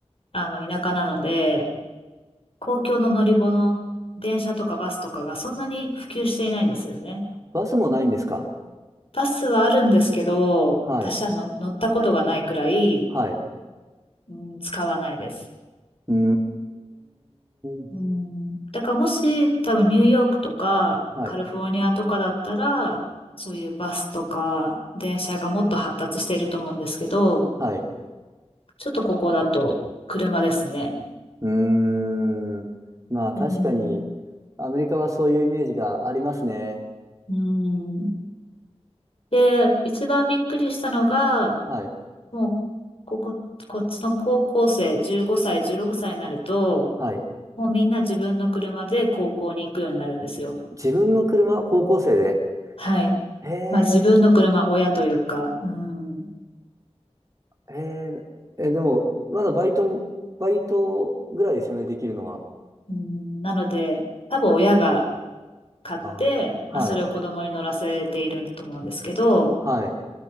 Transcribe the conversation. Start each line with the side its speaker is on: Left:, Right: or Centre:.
Left: あの、田舎なので、公共の乗り物、電車とかバスとかがそんなに普及していないんですよね。
Right: バスもないんですか
Left: バスはあるんですけど、
Right: はい。
Left: 私はの乗ったことがないくらい、
Right: はい。
Left: うん、使わないです。
Right: うーん。
Left: うん、だからもし多分ニューヨークとかカリフォルニアとかだったら、
Right: はい。
Left: そういうバスとか電車がもっと発達していると思うんですけど、
Right: はい。
Left: ちょっとここだと車ですね。
Right: うーん。まあ確かに、
Left: うん。
Right: アメリカはそういうイメージがありますね。
Left: うん。で、一番びっくりしたのが、
Right: はい。
Left: もう、ここ、こっちの高校生、15歳、16歳になると、
Right: はい。
Left: もうみんな自分の車で高校に行くようになるんですよ。
Right: 自分の車は高校生で。
Left: はい。
Right: ええ、
Left: まあ自分の車、親というか、うん。
Right: ええ、え、でも、まだバイト、バイトぐらいですよね、できるのは。
Left: うん、なので、多分親が買って、
Right: ああ。
Left: まあそれを子供に乗らせていると思うんですけど、
Right: はい。はい。